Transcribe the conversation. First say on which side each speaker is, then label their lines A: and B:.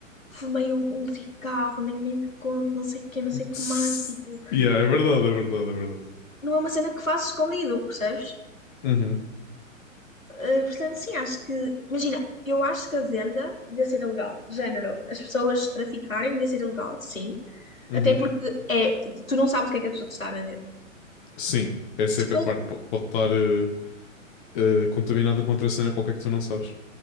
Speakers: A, on the left (about 80°); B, on the left (about 40°).
A: fumei um, um cigarro, nem, nem te conto, não sei o quê, não sei
B: Tss.
A: o que mais. Tipo,
B: Yeah, é verdade, é verdade, é verdade.
A: não é uma cena que faço escondido, percebes?
B: Uhum.
A: Eh, portanto, sim, acho que. Imagina, eu acho que a venda devia ser ilegal. De género, as pessoas traficarem devia ser ilegal, sim.
B: Uhum.
A: Até porque é, tu não sabes o que é que a pessoa te está a vender.
B: Sim, essa
A: Se
B: é que
A: fosse-
B: a parte po- pode estar eh, eh, contaminada com outra cena qualquer que tu não sabes.